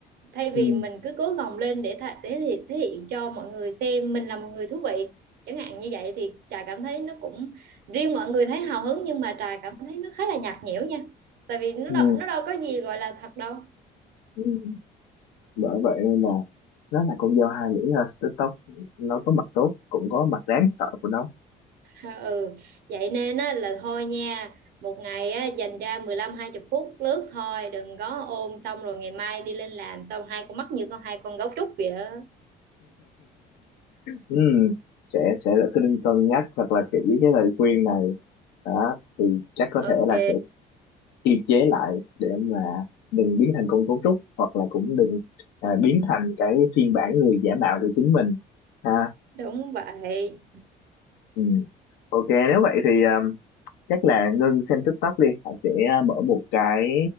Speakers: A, on the right; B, on the left.
A: thay vì
B: ừ,
A: mình cứ cố gồng lên để thể, để thể hiện cho mọi người xem mình là một người thú vị chẳng hạn như vậy thì trà cảm thấy nó cũng riêng mọi người thấy hào hứng nhưng mà trà cảm thấy nó khá là nhạt nhẽo nha tại vì nó
B: ừ,
A: đâu, nó đâu có gì gọi là thật đâu
B: ừ. bởi vậy nên là nó là con dao hai lưỡi ha TikTok nó có mặt tốt cũng có mặt đáng sợ của nó
A: Ờ, ừ vậy nên á, là thôi nha một ngày á, dành ra mười lăm hai 20 phút lướt thôi đừng có ôm xong rồi ngày mai đi lên làm xong hai con mắt như con hai con gấu trúc vậy á
B: Ừ, sẽ sẽ tôi nên cân nhắc thật là kỹ cái lời khuyên này đó thì chắc có
A: Ok,
B: thể là sẽ kiềm chế lại để mà đừng biến thành con cấu trúc hoặc là cũng đừng à, biến thành cái phiên bản người giả mạo của chính mình ha
A: đúng vậy
B: ừ. ok nếu vậy thì um, chắc là Ngân xem TikTok đi Hải sẽ à, mở một cái